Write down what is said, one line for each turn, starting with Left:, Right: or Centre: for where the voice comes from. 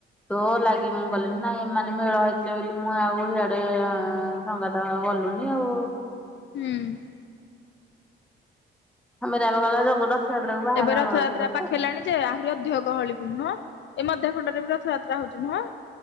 Centre: ତୋ ଲାଗି ମୁଁ ଗଲିିନି। ନାଇଁ ଏମାନେ ମେଳ ହେଇଥିଲେ ବୋଲି ମୁଁ ଆଉ ସିଆଡେ ଅଁ ସଙ୍ଗାତ <unintelligible> ଗଲୁନି ଆଉ।
Left: ହୁଁ।
Centre: ମୀରା ଏବେ ଗଲା <unintelligible> ରଥଯାତ୍ରାକୁ ବାହାର
Left: ଏବେ ରଥଯାତ୍ରା
Centre: ଯିବାକୁ।
Left: ପାଖେଇଲାଣି ଯେ ଆହୁରି ଅଧିକ ଗହଳି ପୂର୍ଣ୍ଣ। ଏ ମଧ୍ୟଖଣ୍ଡରେ ବି ରଥଯାତ୍ରା ହଉଛି ନୁହଁ।